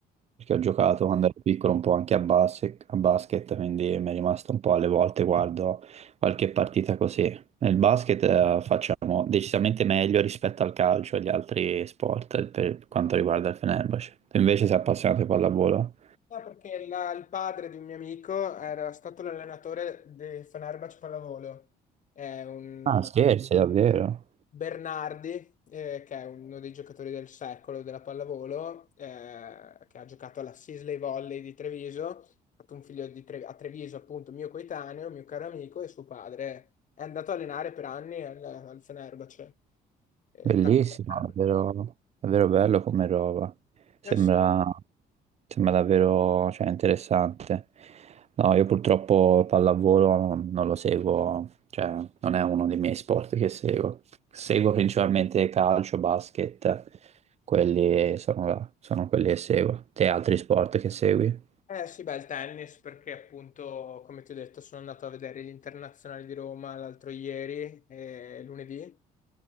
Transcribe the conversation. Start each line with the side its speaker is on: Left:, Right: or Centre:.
Right: perché ho giocato quando ero piccolo un po' anche a basket, a basket, quindi mi è rimasto un po' alle volte guardo qualche partita così. Nel basket eh, facciamo decisamente meglio rispetto al calcio e agli altri sport per quanto riguarda il Fenerbahce. Tu invece sei appassionato di pallavolo?
Left: No, perché la- il padre di un mio amico era stato l'allenatore del Fenerbahce Pallavolo. È un
Right: Ah, scherzi, davvero?
Left: Bernardi, eh, che è uno dei giocatori del secolo della pallavolo, eh, che ha giocato alla Sisley Volley di Treviso, ha fatto un figlio di Tre- a Treviso, appunto, mio coetaneo, mio caro amico, e suo padre è andato a allenare per anni al, al Fenerbahce. Eh,
Right: Bellissimo,
Left: tanto per tanto.
Right: davvero, davvero bello come roba. Sembra,
Left: Eh sì,
Right: sembra davvero, cioè, interessante. No, io purtroppo pallavolo non, non lo seguo, cioè non è uno dei miei sport che seguo. Seguo principalmente calcio, basket, quelli sono, sono quelli che seguo. Te altri sport che segui?
Left: eh sì, beh, il tennis, perché appunto, come ti ho detto, sono andato a vedere gli internazionali di Roma l'altro ieri, eh, lunedì.